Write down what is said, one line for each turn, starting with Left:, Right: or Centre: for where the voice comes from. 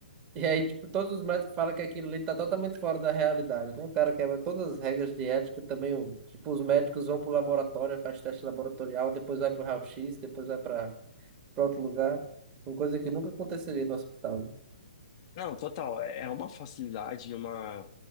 Right: e aí, tipo, todos os médicos falam que aquilo ali tá totalmente fora da realidade, né? O cara quebra todas as regras de ética também, o, tipo, os médicos vão pro laboratório, faz teste laboratorial, depois vai pro raio-x, depois vai pra para outro lugar. Uma coisa que nunca aconteceria no hospital, né?
Left: não, total, é é uma facilidade, e uma,